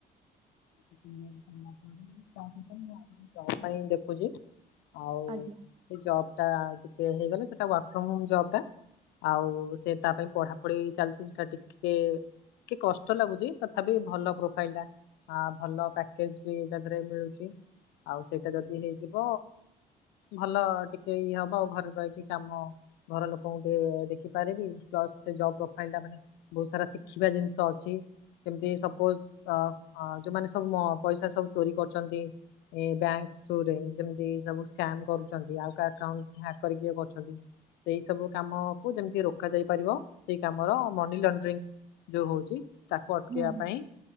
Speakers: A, on the left; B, on the right.
A: ସେକେଣ୍ଡ ଇୟର୍ ସରିଲା ପରେ, ତାପରେ ତ ମୁଁ <inaudible> ଜବ୍ ପାଇଁ ଦେଖୁଛି। ଆଉ
B: ଆଜ୍ଞା
A: ସେ ଜବ୍ ଟା ଟିକେ ହେଇଗଲେ ସେଟା ୱାର୍କ ଫର୍ମ ହୋମ୍ ଜବ୍ ଟା। ଆଉ ସେ ତା ପାଇଁ ପଢାପଢି ଚାଲିଛି ସେଟା ଟିକେ କି କଷ୍ଟ ଲାଗୁଚି, ତଥାପି ଭଲ ପ୍ରୋଫାଇଲ୍ ଟା। ହଁ ଭଲ ପ୍ୟାକେଜ୍ ବି ତା ଦେହରେ ମିଳୁଚି। ଆଉ ସେଇଟା ଯଦି ହେଇଯିବ ଭଲ ଟିକେ ଇଏ ହବ ଆଉ ଘରେ ରହିକି କାମ। ଘର ଲୋକଙ୍କୁ ଟିକେ ଦେଖିପାରିବି। ପ୍ଲସ୍ ସେ ଜବ୍ ପ୍ରୋଫାଇଲ୍ ଟା ମାନେ ବହୁତ ସାରା ଶିଖିବା ଜିନିଷ ଅଛି। ଯେମତି ସପୋଜ୍ ଅ, ଅ, ଯୋଉମାନେ ସବୁ ମ- ପଇସା ସବୁ ଚୋରି କରଛନ୍ତି। ଏ ବ୍ୟାଙ୍କ୍ ଥ୍ରୋରେ ଯେମିତି ସବୁ ସ୍କାମ୍ କରୁଛନ୍ତି ଆଉ କା ଏକାଉଣ୍ଟ ହ୍ୟାକ୍ କରିକି ଇଏ କରୁଛନ୍ତି। ସେଇ ସବୁ କାମକୁ ଯେମିତି ରୋକା ଯାଇ ପାରିବ ସେଇ କାମର ମନି ଲଣ୍ଡ୍ରିଙ୍ଗ ଯୋଉ ହଉଚି ତାକୁ ଅଟକେଇବା
B: ହୁଁ ହୁଁ
A: ପାଇଁ